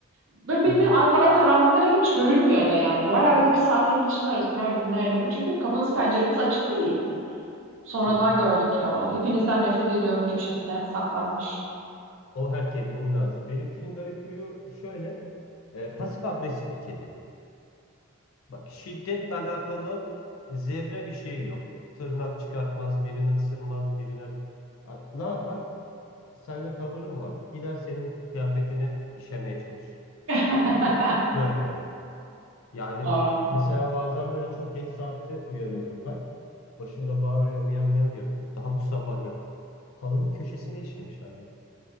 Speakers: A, on the right; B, on the left.
A: Böyle bir
B: Büyük
A: de
B: ihtimal.
A: arkaları karanlıklara girmiş görünmüyor da yani. Bayağı böyle bir saat evin içinde aradık. Nerede bu nerede bu? Çünkü kapımız penceremiz açık değil. Sonradan
B: Hı hı.
A: gördük ya. O hepinizden nefret ediyorum köşesine saklanmış.
B: O her kedinin lazım. Benimkinin garip huyu şöyle. e, pasif agresif bir kedi. Bak şiddetle alakalı e, zerre bir şey yok. Tırnak çıkartmaz, birini ısırmaz, birine... Ha, Ne yapar? Seninle tavırı mı var? Gider senin kıyafetine işemeye çalışır.
A: <laughs>
B: Böyle. Yani
A: Aa,
B: mesela bazen böyle çok geç saatte uyanıyorum ben. Başımda bağırıyor, miyav miyav yapıyor. Daha bu sabah yaptı. Halının köşesine işemiş hayvan.